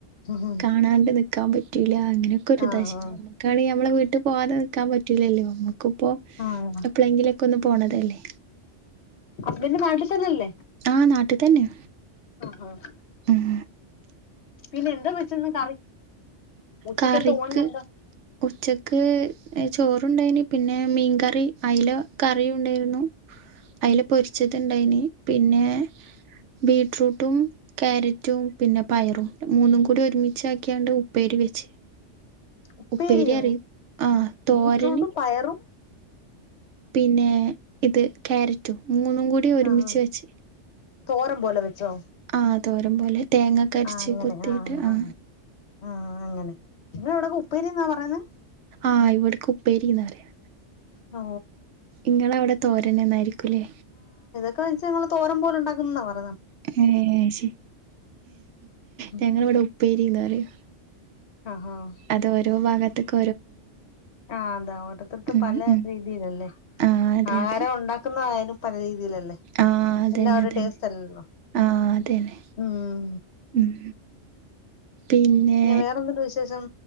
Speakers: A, on the left; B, on the right.
A: ഉം ഉം
B: കാണാണ്ട് നിക്കാൻ പറ്റൂല അങ്ങനെയൊക്കെ ഒരു
A: ആ
B: ഇതാ ശ
A: ആ
B: നമ്മുക്കാണെങ്കിൽ നമ്മളെ വീട്ടിൽ പോകതെക്കാൻ പറ്റൂലല്ലോ നമ്മുക്കിപ്പോ
A: ആഹ്
B: എപ്പോഴെങ്കിലും കൊന്ന് പോണതല്ലേ
A: ഹസ്ബന്റ് നാട്ടിൽ തന്നല്ലേ
B: ആഹ് നാട്ടി തന്നെ
A: ആഹ്
B: ഉം
A: പിന്നെ എന്താ വെച്ചന്ന് കറി ഉച്ചഖത്തെ
B: കറിക്ക്
A: ഊണിന് എന്താ
B: ഉച്ചക്ക് ചോറണ്ടായിന് പിന്നെ മീൻകറി ഐല കറിയും ഉണ്ടായിരുന്നു അതില പൊരിച്ചത്ണ്ടായിന് പിന്നെ ബീട്റൂട്ടും കാരറ്റും പിന്നെ പയറും മൂന്നും കൂടി ഒരുമിച്ച് ആക്കിയാണ്ട് പേരി വച്ച്
A: ഉപ്പേരിയോ
B: ഉപ്പേരി അറ ആഹ് തോരന്
A: ബീറ്റ്റൂട്ടും പയറും
B: പിന്നെ ഇത് ക്യാരറ്റും മൂന്നും കൂടി ഒരുമിച്ച്
A: ആഹ്
B: വെച്ച്
A: തോരം പോലെ വെച്ചോ
B: ആ തോരം പോലെ തേങ്ങക്ക അരച്ച്
A: ആഹ് അങ്ങനെ
B: കുത്തിയിട്ട്
A: ആഹ്
B: ആ
A: ആഹ് ആഹ് അങ്ങനെ നിങ്ങ എവിടെെ ഉപ്പേരി എന്നാ പറയുന്ന
B: ആഹ് ഇവിടെ കുപ്പേരിന്നാ പറയാ
A: ഓ
B: ഇങ്ങളവിടെ തോരന്നെ എന്നായിരിക്കൂലേ
A: ഒക്കെ ഞങ്ങള് തോം പോലെ ഉണ്ടാക്കുന്നതാണ്
B: ഏ ശരി
A: ഉം
B: ഞങ്ങ ഇവിടെ ഉപ്പേരിന്നാ പറയാ
A: ആഹാ ആഹ്
B: അത് ഓരോ ഭാഗത്തക്ക
A: ആഹ് അതാ ഓട്ടത്തിടുത്ത്
B: ഉം
A: പല
B: ഉം
A: രീതിയിലല്ലേ
B: ആഹ് അതെ
A: ആഹാരം
B: അതെ
A: ഉണ്ടാക്കുന്ന ആയാലും പല രീതിയിലല്ലേ
B: ആഹ് അതന്നെ
A: എല്ലാവരുടെ
B: അതന്നെ
A: ടേസ്റ്റ് അല്ലല്ലോ
B: ആഹ് അതന്നെ
A: ഉം
B: ഉം പിന്നെ
A: വേറെന്തുണ്ട് വിശേഷം